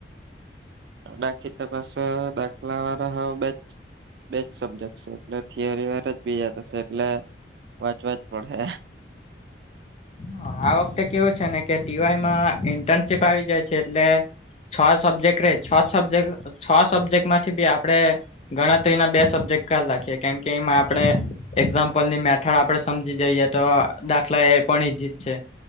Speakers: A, on the right; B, on the left.
A: નાખી તપાસ દાખલા વાળા હ બેચ બેજ સબ્જેક્ટ છે એટલે થિયરી વાર જ બીજા થશે એટલે વાંચવા જ પડે
B: હ આ વખતે કેવું છે ને કે ટીવાયમાં ઇન્ટર્નશીપ આવી જાય છે એટલે છ સબ્જેક્ટ રે છ સબ્જેક્ટ છ સબ્જેક્ટ માંથી બી આપડે ગણતરી ના બે સબ્જેક્ટ ખ્યાલ રાખીએ કેમ કેમાં આપડણે એક્ઝામ્પલની મે ઠર આપડે સમજી જઈએ તો દાખલા એ પણ ઈ જત છે